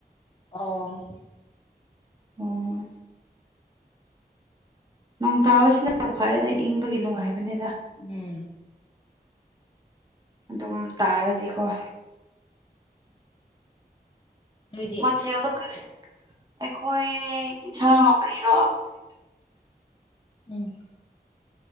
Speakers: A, on the left (about 30°); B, on the right (about 25°).
A: ꯑ
B: ꯑꯣ ꯅꯣꯡ ꯇꯥꯕꯁꯤꯅ ꯇꯧ ꯐꯥꯔꯦꯗ ꯏꯪꯕꯒꯤ ꯅꯨꯡꯉꯥꯏꯕꯅꯤꯗ
A: ꯎꯝ
B: ꯑꯗꯨꯝ ꯇꯥꯔꯗꯤꯀꯣ
A: ꯅꯣꯏꯗꯤ
B: ꯃꯊꯦꯜꯗꯣ ꯀꯔꯤ ꯑꯩꯈꯣꯏ ꯏꯟꯁꯥꯡꯅꯣ ꯀꯔꯤꯔꯣ
A: ꯎꯝ